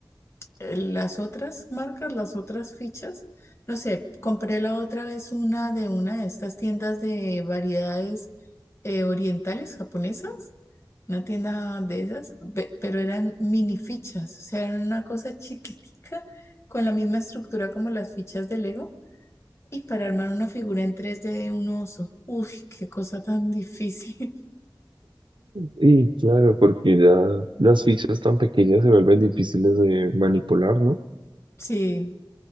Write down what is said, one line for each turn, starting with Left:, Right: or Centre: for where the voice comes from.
Left: eh, las otras marcas, las otras fichas, no sé, compré la otra vez una de una de estas tiendas de variedades eh, orientales japonesas, una tienda de esas, pe- pero eran mini fichas, o sea, eran una cosa chiquitica con la misma estructura como las fichas de Lego y para armar una figura en tres d de un oso. Uy, qué cosa tan difícil.
Right: Y claro, porque ya las fichas tan pequeñas se vuelven difíciles de manipular, ¿no?
Left: <laughs> Sí.